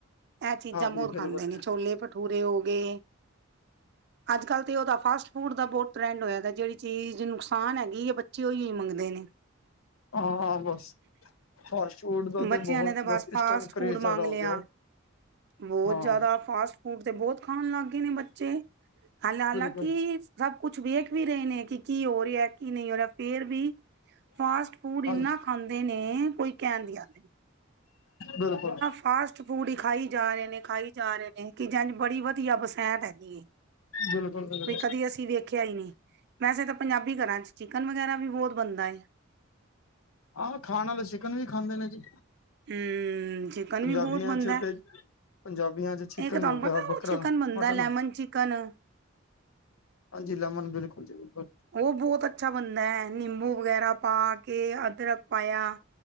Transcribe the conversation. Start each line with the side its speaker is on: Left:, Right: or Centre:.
Right: ਇਹ ਚੀਜ਼ਾਂ
Left: ਹਾਂਜੀ
Right: ਬਹੁਤ
Left: ਬਿਲਕੁਲ
Right: ਖਾਂਦੇ ਨੇ, ਛੋਲੇ ਭਟੂਰੇ ਹੋ ਗਏ। ਅੱਜ ਕਲ ਤੇ ਉਹਦਾ ਫਾਸਟ ਫੂਡ ਦਾ ਬਹੁਤ ਟਰੈਂਡ ਹੋਇਆ ਜਿਹੜੀ ਚੀਜ਼ ਨੁਕਸਾਨ ਹੈਗੀ ਆ ਬੱਚੇ ਉਹੀ। ਦੇ ਨੇ
Left: ਹਾਂ ਹਾਂ ਬਸ ਫਾਸਟ ਫੂਡ ਦਾ
Right: ਬੱਚਿਆਂ
Left: ਤੇ ਬਹੁਤ
Right: ਨੇ ਤਾਂ ਬਸ ਫਾਸਟ
Left: ਇਸ ਟਾਈਮ ਕਰੇਜ਼
Right: ਫੂਡ
Left: ਜ਼ਿਆਦਾ
Right: ਮੰਗ
Left: ਹੋ
Right: ਲਿਆ,
Left: ਗਿਆ
Right: ਬਹੁਤ
Left: ਹਾਂ
Right: ਜ਼ਿਆਦਾ ਫਾਸਟ ਫੂਡ ਤੇ ਬਹੁਤ ਖਾਣ ਲੱਗ ਗਏ ਨੇ ਬੱਚੇ, ਹਾਲ ਹਾਲਾਂਕਿ
Left: ਬਿਲਕੁਲ
Right: ਸਭ ਕੁਛ ਵੇਖ ਵੀ ਰਹੇ ਨੇ, ਕੀ ਹੋ ਰਿਹਾ ਕੀ ਨਹੀਂ ਹੋ ਰਿਹਾ ਫੇਰ ਵੀ ਫਾਸਟ ਫੂਡ
Left: ਹਾਂਜੀ
Right: ਇੰਨਾ ਖਾਂਦੇ ਨੇ, ਕੋਈ ਕਹਿਣ ਦੀ ਆਦ
Left: ਬਿਲਕੁਲ,
Right: ਫਾਸਟ ਫੂਡ ਹੀ ਖਾਈ ਜਾ ਰਹੇ ਨੇ, ਖਾਈ ਜਾ ਰਹੇ ਨੇ ਕਿ ਜਾਂ ਬੜੀ ਵਧੀਆ ਬਸਹਿਤ ਹੈਗੀ।
Left: ਬਿਲਕੁਲ ਬਿਲਕੁਲ
Right: ਵੀ ਕਦੀ ਅਸੀਂ ਦੇੇਖਿਆ ਹੀ ਨਹੀਂ। ਵੈਸੇ ਤਾਂ ਪੰਜਾਬੀ ਘਰਾਂ 'ਚ ਚਿਕਨ ਵਗੈਰਾ ਵੀ ਬਹੁਤ ਬਣਦਾ ਏ।
Left: ਆਹ ਖਾਣ ਵਾਲੇ ਚਿਕਨ ਵੀ ਖਾਂਦੇ ਨੇ ਜੀ,
Right: ਹੂੰ ਚਿਕਨ
Left: ਪੰਜਾਬੀਆਂ
Right: ਵੀ ਬਹੁਤ ਬਣਦਾ
Left: ਚ ਤੇ ਪੰਜਾਬੀਆਂ ਚ ਚਿਕਨ
Right: ਇੱਕ ਤੁਹਾਨੂੰ
Left: ਹੋ ਗਿਆ,
Right: ਪਤਾ
Left: ਬੱਕਰਾ,
Right: ਉਹ ਚਿਕਨ ਬਣਦਾ
Left: ਮਟਨ
Right: ਲੈਮਨ
Left: ਹੋ ਗਿਆ।
Right: ਚਿਕਨ
Left: ਹਾਂਜੀ, ਲਮਨ ਬਿਲਕੁਲ ਜੀ ਬਿਲਕੁਲ।
Right: ਉਹ ਬਹੁਤ ਅੱਛਾ ਬਣਦਾ ਹੈ, ਨਿੰਬੂ ਵਗੈਰਾ ਪਾ ਕੇ ਅਦਰਕ ਪਾਇਆ।